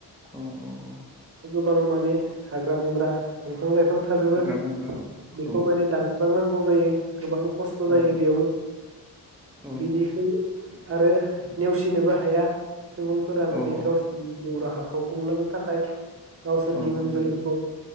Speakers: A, in the centre; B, on the right (about 35°).
A: औ औ औ
B: बां माने हाग्रा बंग्रा दंफां लाइफां थाजोबो
A: हाग्रा बंग्रा औ
B: बेखौ
A: औ
B: माने दानस्रांनांगौ जायो गोबां खस्थ' जायो
A: औ
B: बेयावबो
A: औ
B: बिदिखो आरो नेवसिनोबो हाया। सुबुंफोरा माने
A: औ औ
B: गावसोरनि <unintelligible> राहाखौ खुंलांनो थाखाय गावसोरनि
A: औ
B: उन
A: औ
B: जोलैखौ
A: नंगौ